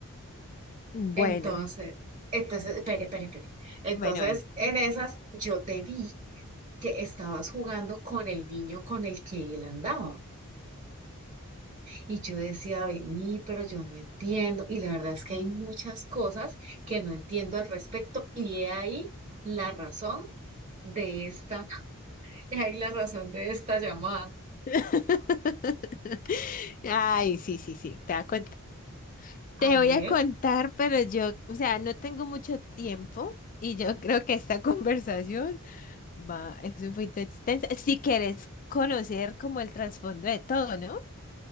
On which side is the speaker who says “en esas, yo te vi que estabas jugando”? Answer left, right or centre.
Right